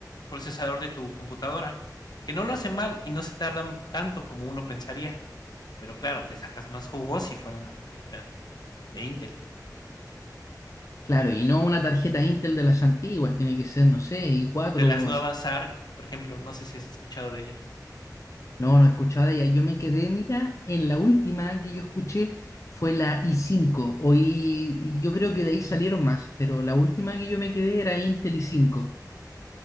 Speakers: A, on the left (about 70°); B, on the left (about 45°).
A: procesador de tu computadora, que no lo hace mal y no se tarda tanto como uno pensaría, pero claro, le sacas más jugo si fuera una tarjeta de, de Intel.
B: Claro, y no una tarjeta Intel de las antiguas, tiene que ser, no sé, i4,
A: De las nuevas
B: así.
A: ARC, por ejemplo, no sé si has escuchado de ellas.
B: No, no he escuchado de ella. Yo me quedé, mira, en la última que yo escuché fue la I5. Hoy yo creo que de ahí salieron más, pero la última que yo me quedé era Intel I5.